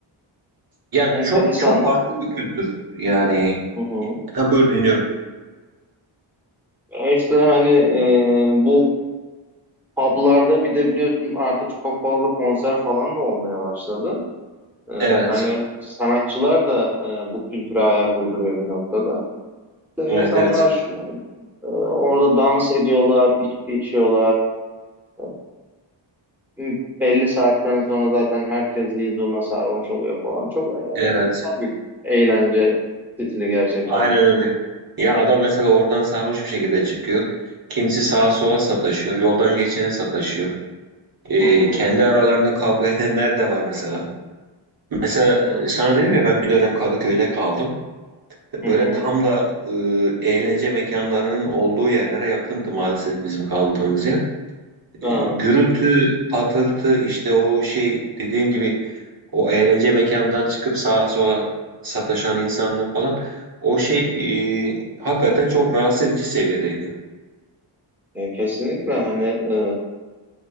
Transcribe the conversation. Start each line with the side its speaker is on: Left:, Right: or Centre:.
Right: Ya
Centre: Enteresan.
Right: çok çok farklı bir kültür. Yani.
Centre: Hı hı.
Right: Ha, buyur dinliyorum.
Centre: E İşte hani e, bu publarda bir de biliyorsun artık çok fazla konser falan da olmaya başladı. E,
Right: Evet.
Centre: hani sanatçılar da e, bu kültüre ayak uyduruyor bir noktada. İşte
Right: Evet
Centre: İnsanlar
Right: evet.
Centre: e, orada dans ediyorlar, içki içiyorlar. E, m, belli saatten sonra zaten herkes bir zurna sarhoş oluyor falan. Çok e,
Right: Evet.
Centre: enteresan bir eğlence stili gerçekten.
Right: Aynen öyle. Ya adam mesela oradan sarhoş bir şekilde çıkıyor. Kimisi sağa
Centre: Hı
Right: sola
Centre: hı.
Right: sataşıyor. Yoldan geçene sataşıyor. Ee,
Centre: Hı
Right: kendi aralarında kavga edenler de var mesela. Mesela
Centre: hı.
Right: e, sana dedim ya ben bir dönem Kadıköy'de kaldım. Böyle
Centre: Hı hı.
Right: tam da e, eğlence mekanlarının olduğu yerlere yakındı maalesef bizim kaldığımız yer. E,
Centre: Aa,
Right: gürültü, patırtı işte o şey dediğim gibi o eğlence mekanından çıkıp sağa sola sataşan insanlar falan o şey e, hakikaten çok rahatsız edici seviyedeydi.
Centre: ya kesinlikle hani e,